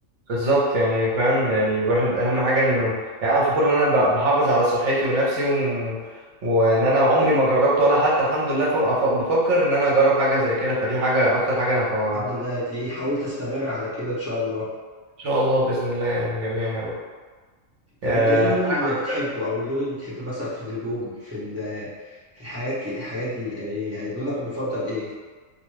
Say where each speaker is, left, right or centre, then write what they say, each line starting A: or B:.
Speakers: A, on the right (about 65°); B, on the right (about 20°).
A: بالظبط يعني فاهم يعني الواحد اهم حاجه انه يعني انا فخور ان انا ب- بحافظ على صحتي ونفسي و... وان انا عمري ما جربت ولا حتى الحمد لله ف... ف- بفكر ان انا اجرب حاجه زي كده فدي حاجه اكتر حاجه انا ف... ان
B: الحمد لله دي حاولت استمر على كده ان شاء الله
A: شاء الله باذن الله يعني جميعا يا رب
B: طب
A: آه،
B: انت ايه اللون
A: اسالك
B: اللي
A: عن حاجة.
B: بتحبه
A: تانية.
B: او اللون اللي بتحبه مثلا في الهدوم في ال- في الحاجات الحاجات دي يعني يعني لونك المفضل ايه